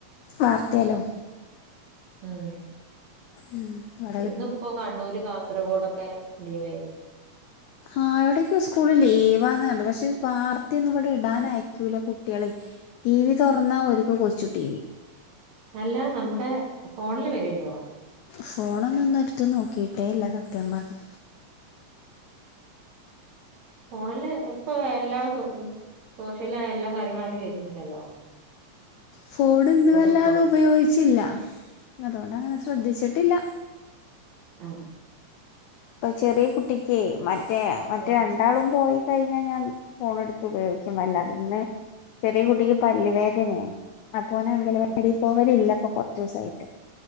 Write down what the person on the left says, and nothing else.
വാർത്തേല്ലോ
ഉം വാ
ആഹ് എവിടേക്ക്യോ സ്കൂള് ലീവാന്ന് കണ്ടു പക്ഷെ വാർത്തെ ഒന്നും ഇവടെ ഇടാനയക്കൂല കുട്ട്യേളെ ടി വി തൊറ്ന്നാ ഓല്ക്ക്‌ കൊച്ചു ടി വി
ഫോണൊന്നും ഇന്ന് എടുത്ത് നോക്കിയിട്ടേല്ല സത്യം പറഞ്
ഫോൺ ഇന്നു വല്ലാതെ
ഉപയോഗിച്ചില്ല അതുകൊണ്ട്ങ്ങനെ ശ്രദ്ധിച്ചിട്ടില്ല.
ഇപ്പൊ ചെറിയ കുട്ടിക്ക് മറ്റേ മറ്റേ
ര രണ്ടാളും പോയി കഴിഞ്ഞാൽ ഞാൻ ഫോണെടുത്ത് ഉപയോഗിച്ചും അല്ലാതെ പിന്നെ ചെറിയ കുട്ടിക്ക് പല്ലുവേദനയാണ് അപ്പോന അങ്കനവാടി
പോവല ഇല്ല കൊറച്ചു ദിവസായിട്ട്